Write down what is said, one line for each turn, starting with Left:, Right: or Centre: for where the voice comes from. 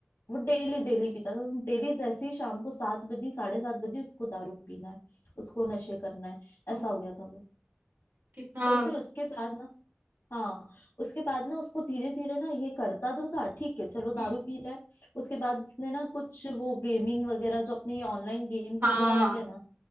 Left: वो डेली डेली पीता था डेली जैसे ही शाम को सात बजे साढ़े सात बजे उसको दारू पीना है उसको नशे करना है ऐसा
Right: ओहो
Left: हो गया था वो
Right: कितना
Left: तो फिर उसके बाद ना हाँ उसके बाद ना उसको धीरे धीरे ना ये करता तो था ठीक है चलो दारू
Right: हम्म
Left: पी रहा है उसके बाद उसने ना कुछ वो गेमिंग वगैरह जो अपने ऑनलाइन गेम्स
Right: हाँ
Left: वगैरह होते हैं ना